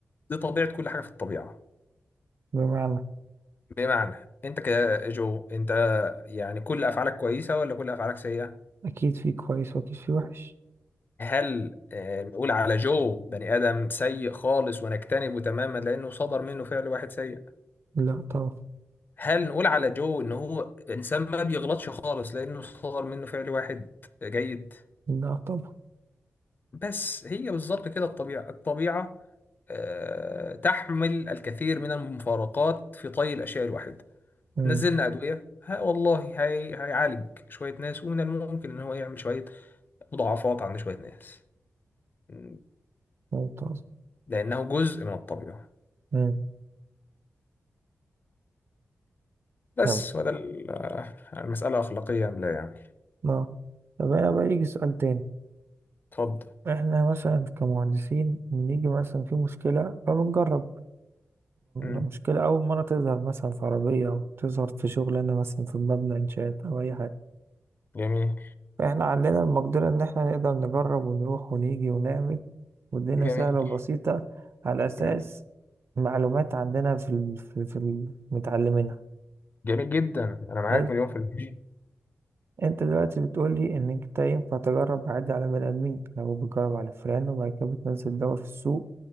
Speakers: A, on the left; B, on the right.
A: دي طبيعه كل حاجه في الطبيعه
B: بمعنى
A: بمعنى انت كجو انت يعني كل افعالك كويسه ولا كل افعالك سيئه
B: اكيد في كويس واكيد في وحش
A: هل آه، نقول على جو بني ادم سيء خالص ونجتنبه تماما لانه صدر منه فعل واحد سيء
B: لا طبعا
A: هل نقول على جو ان هو انسان ما بيغلطش خالص لانه صدر منه فعل واحد جيد
B: لا طبعا
A: بس هي بالظبط كده الطبيعة الطبيعة آه، تحمل الكثير من المفارقات في طي الأشياء الواحدة
B: مم.
A: نزلنا أدوية ها والله هي هيعالج شوية ناس ومن الممكن إن هو يعمل شوية مضاعفات عند شوية ناس م،
B: ممتاز
A: لأنه جزء من الطبيعة
B: مم.
A: بس
B: يلا
A: وده ال- آه، المسألة أخلاقية أم لا يعني
B: لا طب انا بقى يجي سؤال تاني
A: اتفضل
B: احنا مثلا كمهندسين بنيجي مثلا في مشكلة فبنجرب
A: مم.
B: المشكلة أول مرة تظهر مثلا في عربية أو تظهر في شغلانة مثلا في مبنى إنشاءات أو أي حاجة
A: جميل
B: فإحنا عندنا المقدرة إن إحنا نقدر نجرب ونروح ونيجي ونعمل والدنيا
A: جميل
B: سهلة وبسيطة على أساس
A: مم.
B: معلومات عندنا في ال... في, في ال... متعلمينها
A: جميل جدا أنا معاك
B: حلو
A: مليون في المية
B: أنت دلوقتي بتقولي إن أنت ينفع تجرب عادي على بني آدمين لو بتجرب على فئران وبعد كده بتنزل دواء في السوق